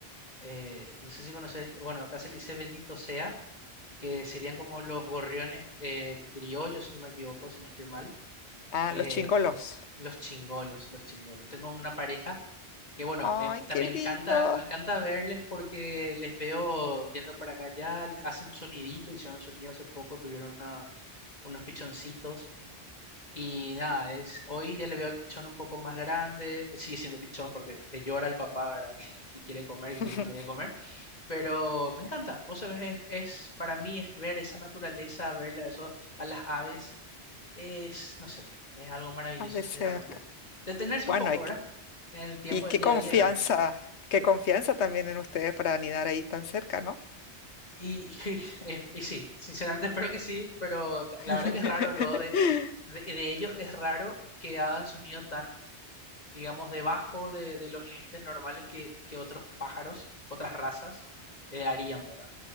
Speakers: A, on the left; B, on the left.
A: eh, no sé si conoces, bueno, acá se le dice bendito sea, que serían como los gorriones eh, criollos, si no me equivoco, si no estoy mal.
B: Ah,
A: Eh,
B: los chingolos.
A: los chingolos, los chingolos. Tengo una pareja que, bueno,
B: Ay,
A: me, ta-
B: qué
A: me
B: lindo.
A: encanta, me encanta verles porque les veo yendo para acá allá, le- hacen sonidito, hicieron sonido hace poco, tuvieron una- unos pichoncitos. Y nada, es, hoy ya le veo al pichón un poco más grande, sigue siendo pichón porque le llora al papá, ¿verdad? <laughs> Que, que quiere comer,
B: <laughs>
A: que quiere que le dé comer. Pero me encanta. Vos sabés, es, es- para mí es ver esa naturaleza, ver a, eso, a las aves, es, no sé, es algo maravilloso,
B: Tan de
A: sinceramente.
B: cerca.
A: Detenerse
B: Bueno,
A: un poco,
B: hay
A: ¿verdad?
B: que
A: En el tiempo
B: Y
A: del
B: qué
A: día
B: confianza,
A: a día y ver.
B: qué confianza también en ustedes para anidar ahí tan cerca, ¿no?
A: Y, y- <laughs> es- y sí, sinceramente <laughs> espero que sí, pero la,
B: <laughs>
A: la verdad que es raro luego de, de, de ellos, es raro que hagan sonido tan, digamos, debajo de, de los límites normales que, que otros pájaros, otras razas, eh, harían, ¿verdad?